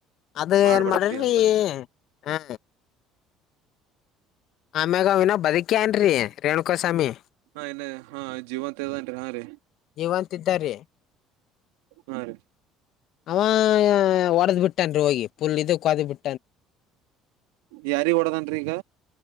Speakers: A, on the left; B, on the right.
A: ಅದ
B: ಮಾಡಬೇಡಪ್ಪಿ
A: ಏನ್ ಮಾಡ್ರಿ
B: ಅಂತ
A: ಹಾ ಆಮ್ಯಾಗ ಅವವಿನ ಬದುಕಿ ಏನ್ರೀ ರೇಣುಕಾಸ್ವಾಮಿ
B: ಹಾ ನ್ನ ಹಾ ಜೀವಂತದೇನ್ರಿ ಹಾ ರೀ
A: ಜೀವಂತಿದ್ದಾರಿ
B: ಹಾ ರೀ
A: ಆವ ಹೊಡೆದ್ ಬಿಟ್ಟೇನ್ರಿ ಹೋಗಿ ಪುಲ್ ಇದ ಒಕಾದ ಬಿ
B: ಯಾರಿಗ ಓಡದನ್ ಈಗ